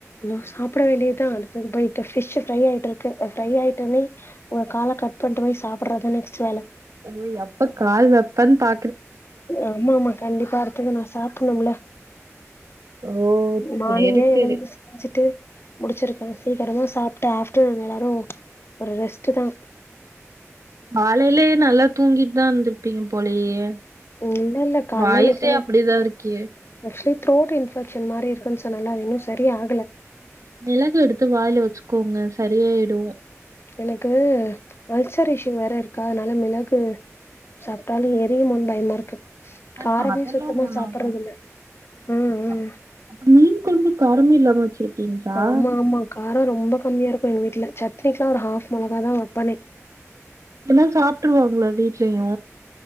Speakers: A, on the left; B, on the right.
A: அ சாப்ட வேண்டியதுதா அடுத்தது போயிட்டு ஃபிஷ் ஃப்ரை ஆயிட்ருக்கு அது ஃப்ரை ஆயிட்டயுடனே உங்க கால கட் பண்ட்டு போய் சாப்டறதுதா நெக்ஸ்ட் வேல
B: ஐயோ எப்ப கால் வப்பன்னு பா
A: ஆமா-ஆமா கண்டிப்பா அடுத்தது நான் சாப்புட்ணும்ல
B: ஓ
A: மார்னிங்கே
B: சேரி சேரி
A: எழுந்து செஞ்சுட்டு முடிச்சிருக்கே சீக்கிரமா சாப்ட்டு ஆஃப்டர்நூன் எல்லாரு ஒரு ரெஸ்ட்டுதா
B: காலையிலயே நல்லா தூங்கிட்டுதா இருந்திருப்பீங்க போலயே
A: இல்ல இல்ல கால்ல
B: வாய்ஸே
A: இன்னைக்கு
B: அப்டிதா இருக்கே
A: ஆக்சுவலி த்ரோட் இன்ஃபெக்ஷன் மாரி இருக்குன்னு சொன்னேன்ல அது இன்னு சரி ஆகல
B: மிளகு எடுத்து வாயில வச்சுக்கோங்க சரியாயிடு
A: எனக்கு அல்சரேஷன் வேற இருக்கா அதனால மிளகு சாப்ட்டாலு எரியுமோன்னு பயமா இருக்கு
B: ஆ
A: காரமே
B: அதெல்லா
A: சுத்தமா
B: ஒண்ணு
A: சாப்ட்றது
B: ஆகாது
A: இல்ல ம் ம்
B: அப் அப்ப மீன் கொழம்பு காரமே இல்லாம வச்சிருக்கீங்களா
A: ஆமா-ஆமா காரோ ரொம்ப கம்மியா இருக்கும் எங்க வீட்ல சட்னிக்கு எல்லா ஒரு ஹாஃப் மொளகாதா வப்பனே
B: எல்லா சாப்ட்டுருவாங்களா வீட்லயூ